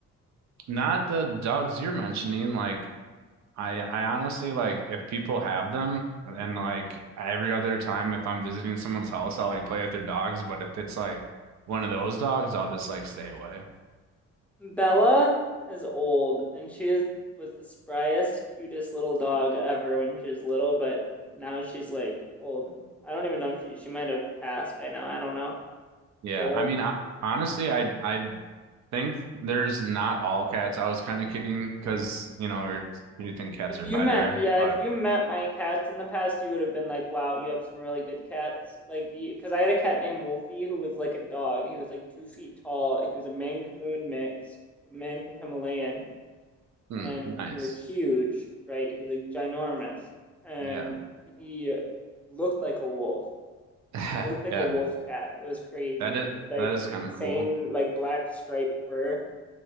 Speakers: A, on the right (about 65°); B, in the centre.
A: Not the dogs you're mentioning. Like I, I honestly like if people have them, and like every other time if I'm visiting someone's house, I'll like play with their dogs. But if it's like one of those dogs, I'll just like stay away.
B: Bella is old, and she is was the spryest, cutest little dog ever when she was little, but now she's like old. I don't even know if she she might have passed by now. I don't know.
A: Yeah,
B: She's old.
A: I mean, I, honestly, I I think there's not all cats. I was kind of kidding because you know, or you think cats
B: If
A: are
B: you
A: better,
B: met, yeah,
A: but.
B: if you met my cats in the past, you would have been like, wow, you have some really good cats. Like, because I had a cat named Wolfie who was like a dog. He was like two feet tall. He was a Maine Coon mix, Maine Coon Himalayan,
A: Hmm,
B: and
A: nice.
B: he was huge, right? He was like ginormous. And
A: Yeah.
B: he looked like a wolf.
A: <laughs>
B: He looked like
A: Yeah,
B: a wolf cat. It was crazy.
A: that is
B: It, like
A: that is kind
B: insane,
A: of cool.
B: like black striped fur